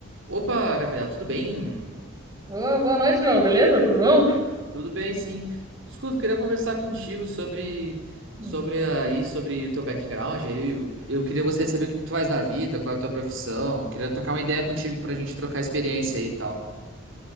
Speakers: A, on the right (about 60°); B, on the right (about 15°).
A: Opa, Gabriel, tudo bem?
B: Ô, boa noite, João. Beleza? Tudo bom?
A: Tudo bem, sim. Escuta, eu queria conversar contigo sobre sobre
B: Hum.
A: aí sobre o teu background. Aí eu, eu queria gostaria de saber o que que tu faz da vida, qual é a tua profissão. Eu queria trocar uma ideia contigo pra gente trocar experiência aí e tal.